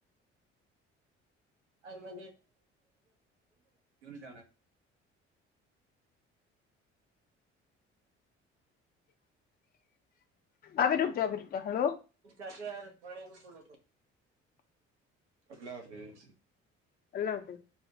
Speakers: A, on the right (about 80°); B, on the left (about 25°).
A: ا مو ج
B: ابرک ابرچ ہلو
A: سچے ار پ کر الہافظ
B: <unintelligible>